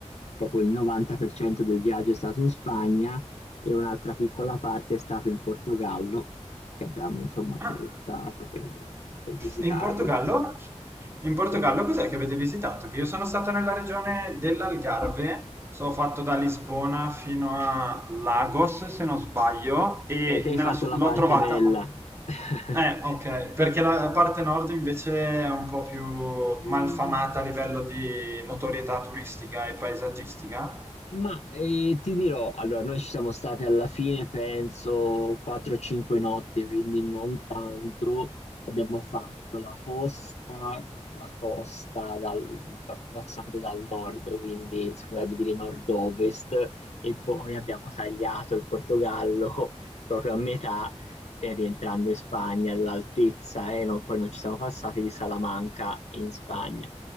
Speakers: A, on the left (about 70°); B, on the right (about 20°).
A: proprio il 90% del viaggio è stato in Spagna e un'altra piccola parte è stata in Portogallo, che abbiamo insomma attraversato
B: Ah,
A: per per visitarlo.
B: e in Portogallo? In Portogallo
A: Sì.
B: cos'è che avete visitato? Che io sono stato nella regione dell'Algarve, sono fatto da Lisbona fino a Lagos, se non sbaglio, e
A: Eh, te hai
B: me
A: fatto
B: la so-
A: la
B: l'ho
A: parte
B: trovata.
A: bella. <laughs>
B: Eh, ok, perché la parte nord invece è un po' più
A: Mm.
B: malfamata a livello di notorietà turistica e paesaggistica.
A: Ma eh, ti dirò, allora noi ci siamo stati alla fine, penso, 4-5 notti, quindi non tanto. Abbiamo fatto la costa, la costa dal- pa- passando dal nord, quindi si potrebbe dire nord-ovest, e poi abbiamo tagliato il Portogallo <laughs> proprio a metà, e rientrando in Spagna all'altezza, e non- poi non ci siamo passati di Salamanca in Spagna